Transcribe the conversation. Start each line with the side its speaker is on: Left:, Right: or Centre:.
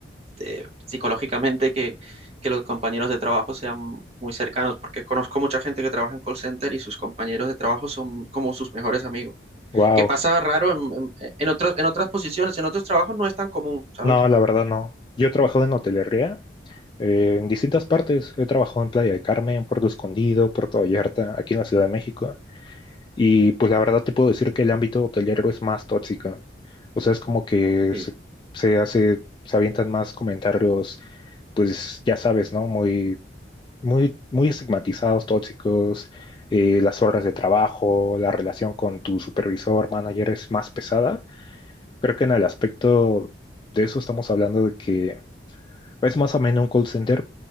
Right: eh, psicológicamente que, que los compañeros de trabajo sean muy cercanos, porque conozco mucha gente que trabaja en call center y sus compañeros de trabajo son como sus mejores amigos
Left: Wow.
Right: que pasa raro en, en, en otras, en otras posiciones, en otros trabajos no es tan común, ¿sabes?
Left: No, la verdad no. Yo he trabajado en hotelería Eh, en distintas partes he trabajado en Playa de Carmen, Puerto Escondido, Puerto Vallarta, aquí en la Ciudad de México. Y pues la verdad te puedo decir que el ámbito hotelero es más tóxico. O sea, es como que
Right: Sí,
Left: se, se hace, se avientan más comentarios, pues ya sabes, ¿no? Muy, muy, muy estigmatizados, tóxicos. eh, las horas de trabajo, la relación con tu supervisor, manager es más pesada. Creo que en el aspecto de eso estamos hablando de que es más o menos un call center